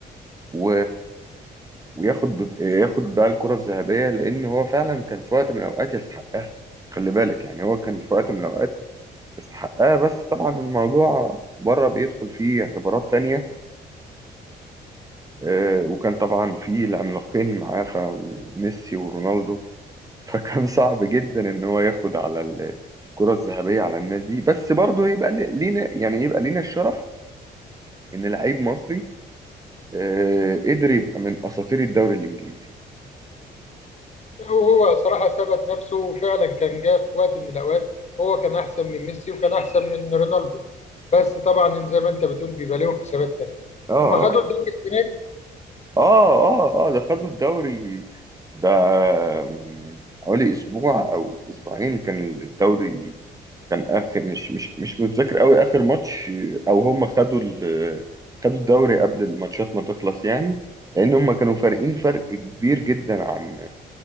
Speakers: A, on the right; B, on the left.
A: و... وياخد ياخد بقى الكرة الذهبية لأن هو فعلا كان في وقت من الأوقات يستحقها خلي بالك يعني هو كان في وقت من الأوقات يستحقها بس طبعا الموضوع بره بيدخل فيه اعتبارات تانية آه، وكان طبعا فيه العملاقين معاه فميسي ورونالدو <laughs> فكان صعب جدا إن هو ياخد على ال- الكرة الذهبية على الناس دي بس برضه يبقى لينا يعني يبقى لينا الشرف إن لعيب مصري آه، قدر يبقى من اساطير الدوري الانجليزي
B: هو صراحة ثبت نفسه فعلا كان جه في وقت من الأوقات هو كان أحسن من ميسي وكان أحسن من رونالدو بس طبعا زي ما أنت بتقول بيبقى لهم حسابات تانية
A: اه
B: هم خدوا الدوري السنة دي
A: اه اه اه ده خدوا الدوري ده من من حوالي اسبوع او اسبوعين كان الدوري كان اخر مش مش مش متذكر قوي اخر ماتش آه، او هم خدوا ال- خدوا الدوري قبل الماتشات ما تخلص يعني لان هم كانوا فارقين فرق كبير جدا عن